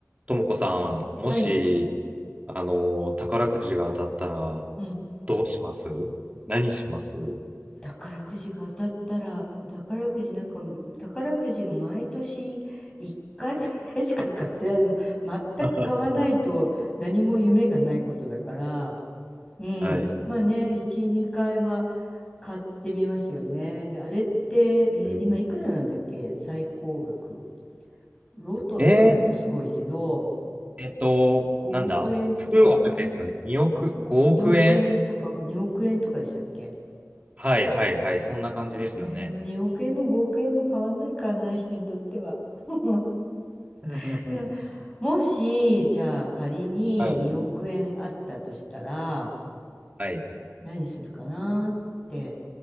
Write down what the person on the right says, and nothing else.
ともこさん、もし、
あの、宝くじが当たったら、
どうします何します
<laughs>
はい。
<laughs> うん
えーえっと、
なんだ ?9 億ですよね。2億、5億円
はいはいはい。そんな感じですよね。
<laughs>
はい。はい。